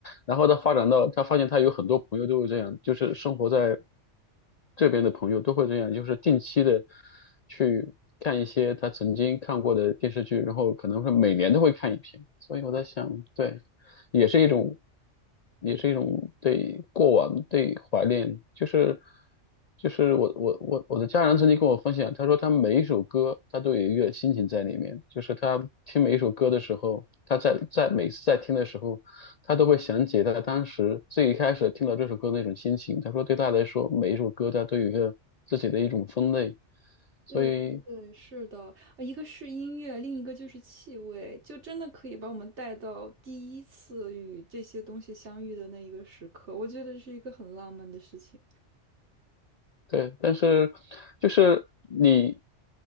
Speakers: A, on the left; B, on the right.
A: 然后他发展到，他发现他有很多朋友都会这样，就是生活在这边的朋友都会这样，就是定期的去看一些他曾经看过的电视剧，然后可能会每年都会看一篇。所以我在想，对。也是一种，也是一种对过往对怀念，就是就是我我我我的家人曾经跟我分享，他说他每一首歌他都有一个心情在里面，就是他听每一首歌的时候，他在在每次在听的时候，他都会想起他当时最一开始听到这首歌的那种心情。他说对他来说，每一首歌他都有一个自己的一种分类，所以。
B: 对对对，是的，呃一个是音乐，另一个就是气味，就真的可以把我们带到第一次与这些东西相遇的那一个时刻。我觉得是一个很浪漫的事情。
A: 对，但是就是你